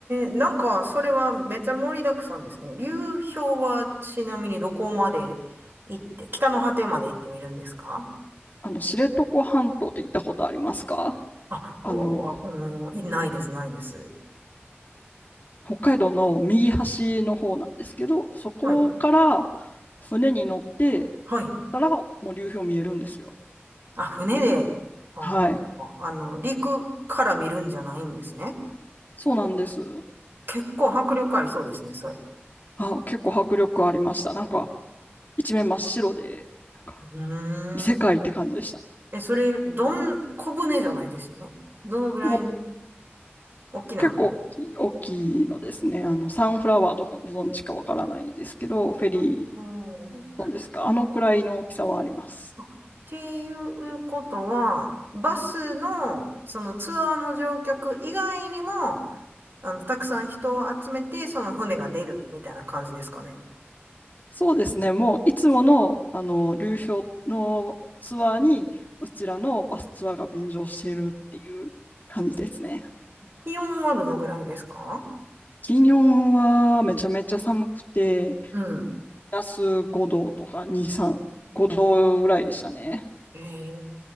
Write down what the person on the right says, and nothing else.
ー、なんか、それはめちゃ盛りだくさんですね。流氷はちなみにどこまで行って、北の果てまで行ってみるんですか
あ、お、
お、おいないです、ないです。
はい。
はい。
あ、船で、あ、
ああの、陸から見るんじゃないんですね。
結構迫力ありそうですね、それ。う
ー
ん。え、それ、どん、小舟じゃないですよね。どのぐらいの
大きな船。
あー
あっていうことは、バスの、そのツアーの乗客以外にも、あの、たくさん人を集めて、その船が出るみたいな感じですかね。
気温はどのぐらいですか
うん。
ええ